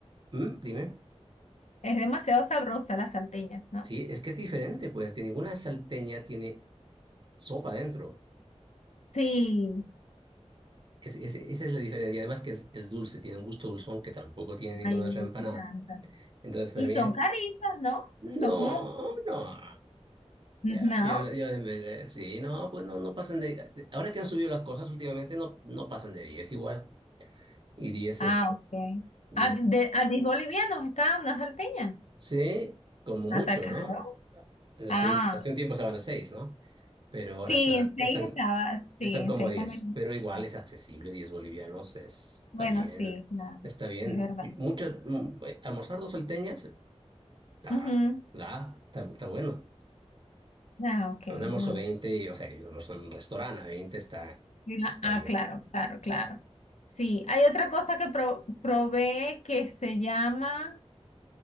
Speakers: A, on the right; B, on the left.
A: ¿Mm? Dime,
B: Es demasiado sabrosa la salteña, ¿no?
A: sí, es que es diferente, pues, que ninguna salteña tiene sopa dentro.
B: Sí,
A: Es, es- esa es la diferencia, y además que es, es dulce, tiene un gusto dulzón que tampoco tiene ninguna
B: ay, a mí
A: otra empanada.
B: me encanta.
A: Entonces, para
B: Y
A: mí
B: son caritas, ¿no?
A: No,
B: Son como...
A: no.
B: No.
A: Ya, yo, yo, me- sí, no, pues no, no pasan de. Ahora que han subido las cosas últimamente, no, no pasan de diez igual. Y diez
B: Ah,
A: es
B: ok.
A: diez,
B: ¿A de, a diez bolivianos estaba una salteña.
A: Sí, como mucho,
B: ¿Atacaron?
A: ¿no?
B: Ah,
A: Hace un, hace un tiempo estaban a 6, ¿no? Pero ahora
B: sí,
A: están,
B: en seis
A: están,
B: estaba, sí,
A: están
B: en
A: como
B: seis
A: a 10,
B: con veintitrés.
A: Pero igual es accesible, 10 bolivianos, es- está
B: Bueno,
A: bien.
B: sí, claro,
A: Está bien.
B: es verdad.
A: Y Mucho, mm, eh, almorzar dos salteñas, está,
B: Ujú.
A: da, está, está bueno.
B: Ah, ok,
A: Un almuerzo
B: bueno.
A: 20, o sea, y un almuerzo en un restaurante a 20 está, está
B: Ah, ah,
A: bien.
B: claro, claro, claro. Sí, hay otra cosa que pro- probé que se llama...